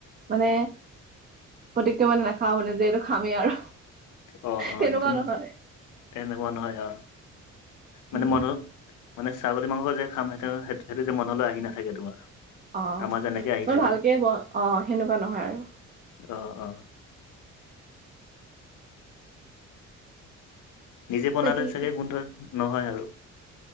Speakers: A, on the right; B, on the left.
A: মানে পতিকে মানে নাখাওঁ মানে যে এইটো খামেই আৰু
B: অ অ
A: তেনেকুৱা
B: সেইটো নো
A: নহয়
B: তেনেকুৱা নহয় আহ মানে
A: উম
B: মনত মানে ছাগলী মাংস যে খাম সেইটো সেইটো যে মনলৈ আহি নাথাকে তোমাৰ
A: অ
B: আমাৰ যেনেকে আহি
A: মই
B: থাকে
A: ভালকে ব অ সেনেকুৱা নহয় আৰু
B: অ অ নিজে বনালে
A: বাকী
B: চাগে
A: কি
B: গোন্ধ নহয় আৰু